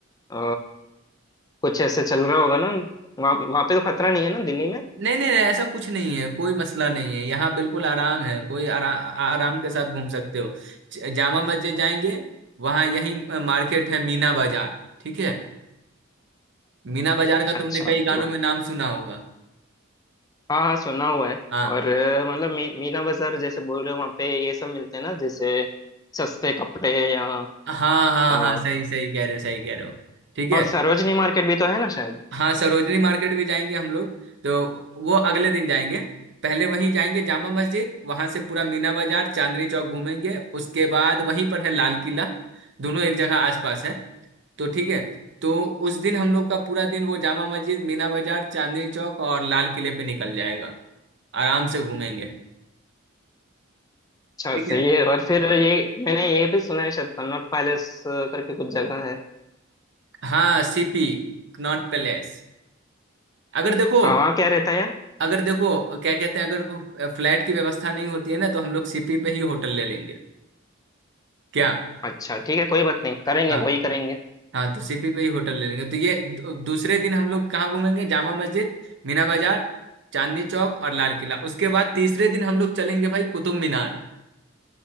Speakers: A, on the left; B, on the right.
A: अ, कुछ ऐसे चल रहा होगा ना वहाँ वहाँ पे तो खतरा नहीं है ना दिल्ली में
B: नहीं नहीं नहीं ऐसा कुछ नहीं है कोई मसला नहीं है यहाँ बिल्कुल आराम है कोई आरा, आराम के साथ घूम सकते हो ज- जामा मस्जिद जाएंगे वहाँ यही मार्केट है मीना बाजार ठीक है मीना बाजार का
A: अच्छा
B: तुमने कई गानों
A: तो
B: में नाम सुना होगा
A: हाँ हाँ सुना हुआ है
B: हाँ,
A: और अ, मतलब मी, मीना बाजार जैसे बोल रहे हो वहाँ पे ये सब मिलते हैं ना जैसे सस्ते कपड़े या
B: हाँ हाँ
A: अ,
B: हाँ सही सही कह रहे हो सही कह रहे हो ठीक है
A: और सरोजनी मार्केट भी तो है ना शायद
B: हाँ सरोजनी मार्केट भी जाएंगे हम लोग तो वो अगले दिन जाएंगे पहले वहीं जाएंगे जामा मस्जिद वहां से पूरा मीना बाजार चांदनी चौक घूमेंगे उसके बाद वहीं पर है लाल किला दोनों एक जगह आसपास है तो ठीक है तो उस दिन हम लोग का पूरा दिन वो जामा मस्जिद मीना बाजार चांदनी चौक और लाल किले पे निकल जाएगा आराम से घूमेंगे
A: अच्छा
B: ठीक
A: सही
B: है
A: है और फिर ये मैंने ये भी सुना है शायद कन्नॉट पैलेस करके कुछ जगह है
B: हाँ सीपी कनॉट पैलेस अगर देखो
A: हाँ वहाँ क्या रहता है यार
B: अगर देखो क्या कहते हैं अगर फ्लैट की व्यवस्था नहीं होती है ना तो हम लोग सीपी पे ही होटल ले लेंगे क्या
A: अच्छा ठीक है कोई बात नहीं करेंगे
B: हाँ
A: वही करेंगे
B: हाँ तो सीपी पे ही होटल ले लेंगे तो ये दू- दूसरे दिन हम लोग कहाँ घूमेंगे जामा मस्जिद मीना बाजार चांदनी चौक और लाल किला उसके बाद तीसरे दिन हम लोग चलेंगे भाई कुतुब मीनार